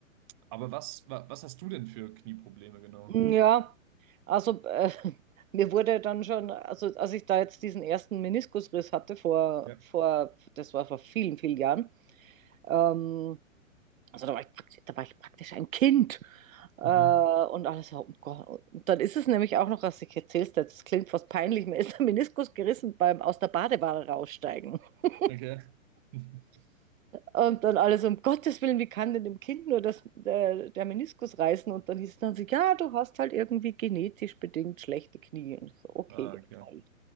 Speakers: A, on the right; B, on the right.
A: Aber was, wa- was hast du denn für Knieprobleme, genau?
B: Hm, Ja, also äh, <laughs> mir wurde dann schon, also als ich da jetzt diesen ersten Meniskusriss hatte vor,
A: Ja.
B: vor, das war vor vielen, vielen Jahren, ähm, also da war ich praktisch, da war ich praktisch ein Kind. Äh, und
A: Mhm.
B: alles, oh Gott. Und dann ist es nämlich auch noch, was ich erzählst, das klingt fast peinlich, mir ist der Meniskus gerissen beim aus der Badewanne raussteigen. <laughs>
A: Okay. <laughs>
B: Und dann alles, um Gottes Willen, wie kann denn dem Kind nur das, der, der Meniskus reißen? Und dann hieß es dann so, ja, du hast halt irgendwie genetisch bedingt schlechte Knie. Und ich so, okay,
A: Ah, okay.
B: ja, toll.